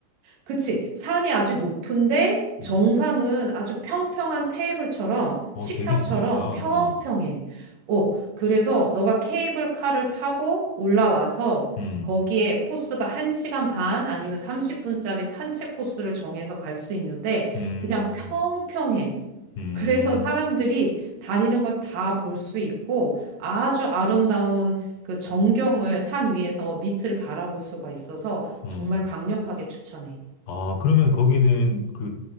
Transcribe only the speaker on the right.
그치? 산이 아주 높은데
정상은 아주 평평한 테이블처럼
식탁처럼
평평해. 어, 그래서 너가 케이블카를 타고 올라와서
거기에 코스가 1시간 반 아니면 30분짜리 산책 코스를 정해서 갈 수 있는데
그냥 평평해.
그래서 사람들이 다니는 걸 다 볼 수 있고 아주 아름다운 그 전경을 산 위에서 밑을 바라볼 수가 있어서
정말 강력하게 추천해.